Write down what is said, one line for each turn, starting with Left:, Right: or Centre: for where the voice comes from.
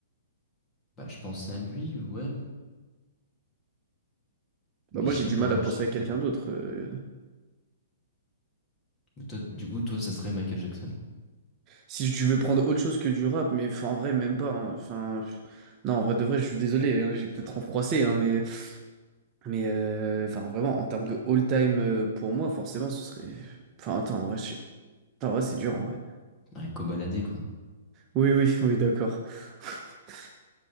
Left: Bah, je pense à lui, ouais.
Right: Bah,
Left: Mais
Right: moi,
Left: je
Right: j'ai
Left: sais
Right: du
Left: pas,
Right: mal à penser
Left: je sais
Right: à
Left: pas.
Right: quelqu'un d'autre. euh,
Left: Mais toi, du coup, toi, ça serait Michael Jackson.
Right: Si tu veux prendre autre chose que du rap, mais enfin, en vrai, même pas. hein. Enfin, pff, non, en vrai, de vrai, je suis désolé, hein, j'ai peut-être renfroissé, hein, mais, mais euh, enfin, vraiment, en termes de all-time euh, pour moi, forcément, ce serait. Enfin, attends, en vrai, je sais- enfin, en vrai, c'est dur, en vrai.
Left: Ouais, cobaladé, quoi.
Right: Oui, oui, oui, d'accord. <laughs>